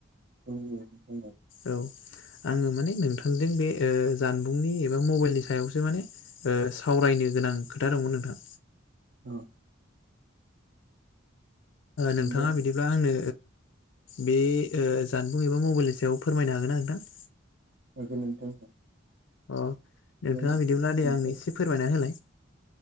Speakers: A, on the right (about 60°); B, on the left (about 70°).
A: उम नंगौ
B: औ आङो माने नोंथांजों बे ओ जानबुंनि एबा मबाइलनि सायावसो माने ओ सावरायनो गोनां खोथा दंमोन नोंथां।
A: औ
B: नोंथाङा
A: बे
B: बिदिब्ला आंनो बे जानबुं ओ एबा मबाइलनि सायाव फोरमायनो हागोन ना नोंथां?
A: हागोन नोंथां
B: अ नोंथाङा
A: माने
B: बिदिब्ला दे
A: नोंथां
B: आंनो एसे फोरमायना होलाय